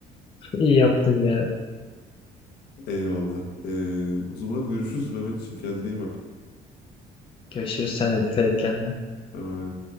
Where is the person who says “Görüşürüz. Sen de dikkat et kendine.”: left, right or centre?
Left